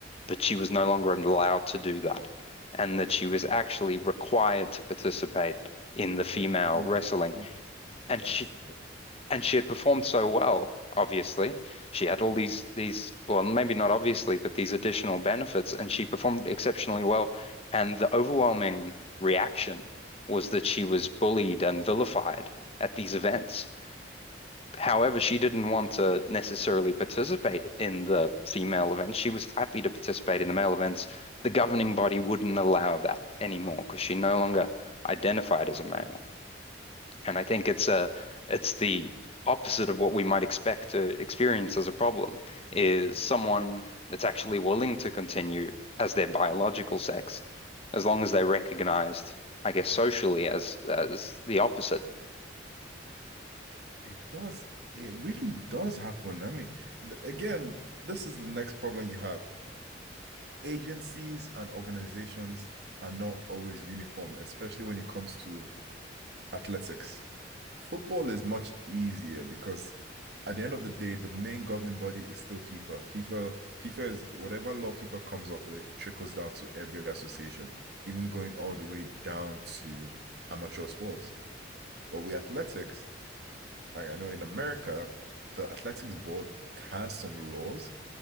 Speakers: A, on the left; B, on the right.
A: but she was no longer allowed to do that. And that she was actually required to participate in the female
B: And
A: wrestling.
B: yes, yes,
A: And she, and she had performed so well, obviously. She had all these these well, maybe not obviously, but these additional benefits, and she performed exceptionally well. And the overwhelming reaction was that she was bullied and vilified at these events. However, she didn't want to necessarily participate in the female events. She was happy to participate in the male events. The governing body wouldn't allow that anymore because she no longer identified as a male. And I think it's a it's the opposite of what we might expect to experience as a problem is someone that's actually willing to continue as their biological sex, as long as they're recognized, I guess, socially as as the opposite.
B: it does. It really does happen. I mean, again, this is the next problem you have. Agencies and organizations are not always uniform, especially when it comes to athletics. Football is much easier because at the end of the day, the main governing body is still FIFA. FIFA, FIFA is whatever law FIFA comes up with trickles down to every association, even going all the way down to amateur sports. But with athletics, I, know in America, the athletics board has some laws